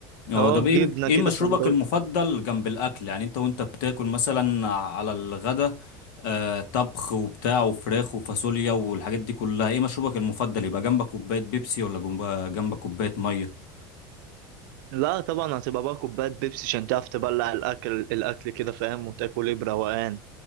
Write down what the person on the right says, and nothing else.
اه
جبنه
كده
سندوتش
لا طبعا هتبقى بقى كوبايه بيبسي عشان تعرف تبلع الاكل الاكل كده فاهم وتاكل ايه بروقان